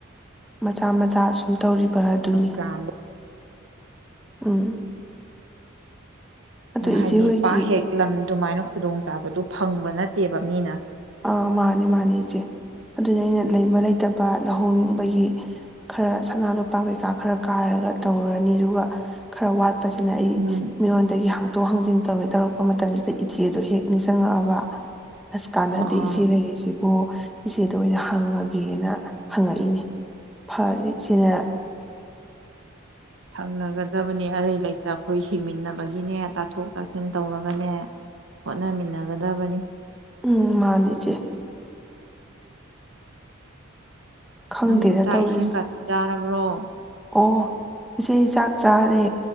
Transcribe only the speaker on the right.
ꯄ꯭ꯂꯥꯟꯗꯣ
ꯍꯥꯏꯗꯤ
ꯄꯥꯛ ꯍꯦꯛ ꯂꯝ ꯑꯗꯨꯃꯥꯏꯅ ꯈꯨꯗꯣꯡꯆꯥꯥꯕꯗꯨ ꯐꯪꯕ ꯅꯠꯇꯦꯕ ꯃꯤꯅ
ꯎꯝ
ꯑꯣ ꯑꯣ
ꯍꯪꯅꯒꯗꯕꯅꯤ ꯑꯔꯩ ꯂꯩꯇꯕ ꯑꯩꯈꯣꯏ ꯍꯤꯡꯃꯤꯟꯅꯕꯒꯤꯅꯦ ꯇꯥꯊꯣꯛ ꯇꯥꯁꯤꯟ ꯇꯧꯔꯒꯅꯦ ꯍꯣꯠꯅꯃꯤꯟꯅꯒꯗꯕꯅꯤ
ꯅꯪꯕꯨ ꯆꯥꯛ
ꯏꯁꯤꯡ ꯈꯇꯤ ꯆꯥꯔꯕ ꯕ꯭ꯔꯣ